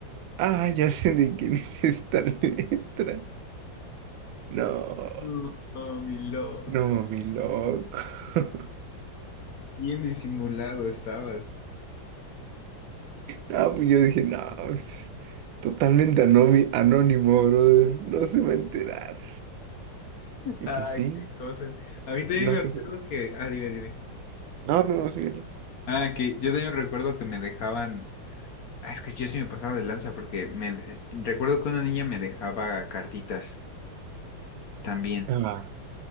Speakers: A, on the right (about 85°); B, on the left (about 65°).
A: Ah, ya sé de quién es esta <laughs> letra. No,
B: no, no, mi loco.
A: no, mi loco. <laughs>
B: Bien disimulado estabas.
A: Ah, pues yo dije, no, es totalmente anómi- anónimo, brother. No se va a enterar. Y
B: Ay,
A: pues sí,
B: qué cosas. A mí también
A: no
B: me
A: sé.
B: acuerdo que. Ah, dime, dime.
A: No, no, no, síguele.
B: Ah, que yo también recuerdo que me dejaban. Ah, es que yo sí me pasaba de lanza porque me eh, recuerdo que una niña me dejaba cartitas también.
A: Ah,